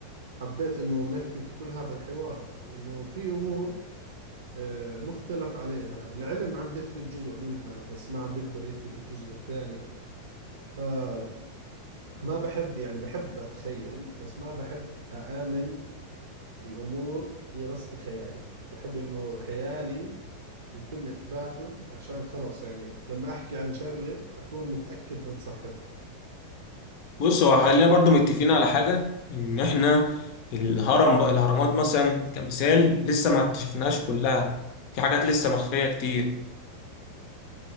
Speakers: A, on the right; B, on the left.
A: حبيت إنه نحكي في كل هذا الحوار لأنه في أمور آه، مختلف عليها العلم عم بيثبت جزء منها بس ما عم بيقدر يثبت الجزء الثاني فما بحب يعني بحب أتخيل بس ما بحب أآمن بأمور هي بس بخيالي بحب إنه خيالي يتم إثباته عشان خلاص يعني لما أحكي عن شغلة أكون متأكد من صحتها
B: بص هو خلينا برضو متفقين على حاجة إن إحنا الهرم بقى الأهرامات مثلا كمثال لسه ما اكتشفناهاش كلها في حاجات لسه مخفية كتير